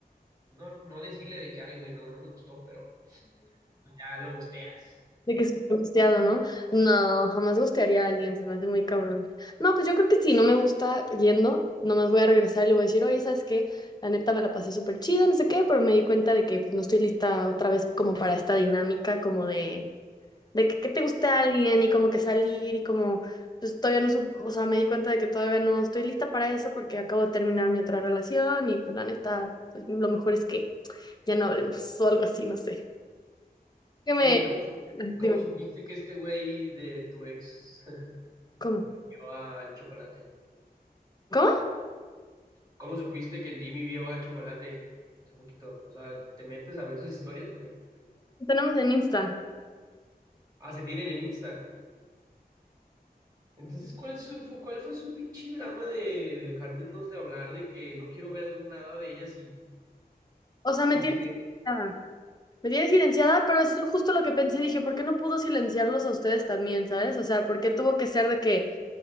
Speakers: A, on the right; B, on the left.
A: pues, no, no decirle de que, ay, güey, no, no me gustó, pero pues, ya lo bosteas.
B: De que súper gusteado, ¿no? No, jamás gustearía a alguien, se me hace muy cabrón. No, pues yo creo que si no me gusta yendo, nomás voy a regresar y le voy a decir, oye, ¿sabes qué? La neta me la pasé súper chido, no sé qué, pero me di cuenta de que pues no estoy lista otra vez como para esta dinámica, como de, de que, que te guste a alguien y como que salir y como, pues todavía no, sup- o sea, me di cuenta de que todavía no estoy lista para eso porque acabo de terminar mi otra relación y pues la neta, pues lo mejor es que ya no hablemos <laughs> o algo así, no sé. Que me...
A: Oye, ¿y cómo,
B: Dime,
A: cómo supiste que este güey de tu ex
B: ¿cómo?
A: <laughs> vio al Chocolate?
B: ¿Cómo?
A: ¿Cómo supiste que el Jimmy vio a Chocolate hace poquito? O sea, ¿te metes a ver sus historias o qué?
B: Tenemos en Insta.
A: Ah, se tienen en Insta. Entonces, ¿cuál, su- fue, cuál fue su pinche drama de dejarnos de hablar, de que no quiero ver nada de ellas y
B: O sea,
A: si
B: me tienes
A: te...
B: silenciada. Me tienes silenciada, pero es justo lo que pensé. Dije, ¿por qué no pudo silenciarlos a ustedes también, sabes? O sea, ¿por qué tuvo que ser de que